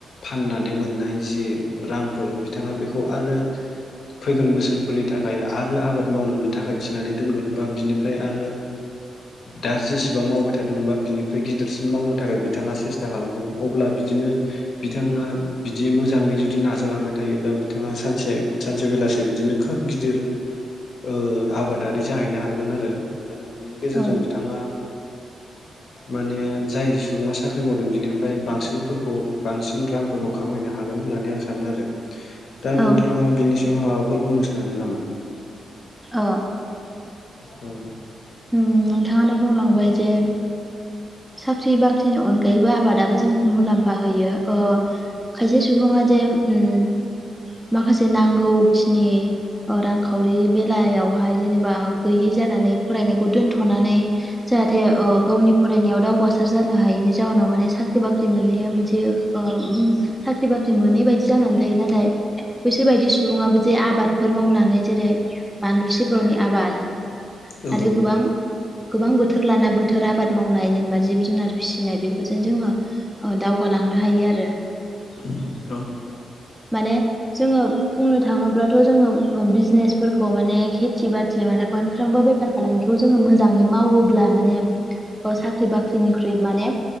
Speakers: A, on the left (about 65°); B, in the centre.
A: फाननानै मोननाय जि रांफोर बिथाङा बेखौ आरो फैगोन बोसोरफोरनि थाखाय आरो आबाद मावनोनो थाखाय थिनानै दोनगोन बा बिनिफ्राय आरो दा जेसेबां मावबाय थादोंबा बिनिफ्राय गिदिरसिन मावनो थाखाय बिथाङा सेसथा खालामगोन। अब्ला बि दिनो बिथाङा बिदि मोजाङै जुदि नाजालांबाय थायोब्ला बिथाङा सानसे सानसे बेलासे बिदिनो खोब गिदिर ओ आबादारि जाहैनो हागोन आरो आरो बिनि गेजेरजों
B: औ
A: बिथाङा माने जाय सुबुङा साख्रि मावदों बिनिफ्राय बांसिनफोरखौ बांसिन रांफोरखौ खामायनो हागोन होननानै आं सानो आरो दा
B: औ
A: नोंथाङा बिनि सायाव माबा फोर बुंनो सानो नामा?
B: अ।
A: औ।
B: ओ‌म नोंथाङानो बुंलांबाय जे साख्रि बाख्रिनि अनगायैबो आबादाबो जोंखौ मुलाम्फा होयो ओ खायसे सुबुङा जे उम माखासे नांगौखिनि ओ रांखावरि बेलायावहाय जेनेबा गैयि जानानै फरायनायखौ दोनथ'नानै जाहाथे ओ गावनि फरायनायाव दावगासार जानो हायिनि जाउनाव माने साख्रि बाख्रि मोननाया मोनसे ओ उम साख्रि बाख्रि मोनै बायदि जानानै थायो। नाथाय बैसोर बायदि सुबुङाबो जे आबादफोर मावनानै जेरै बानलु सिब्रनि आबाद
A: औ
B: आरो गोबां गोबां बोथोर लाना बोथोर आबाद मावनाय जेनेबा जिब जुनार फिसिनाय बेफोरजों जोङो ओ दावगालांनो हायो आरो
A: उम औ।
B: माने जोङो बुंनो थाङोब्लाथ' जोङो ओ बिजनेसफोरखौ माने खेथि बाथि आरो मोनफ्रोमबो बेफार फालांगिखौ जोङो मोजाङै मावोब्ला माने ओ साख्रि बाख्रिनिख्रुइ माने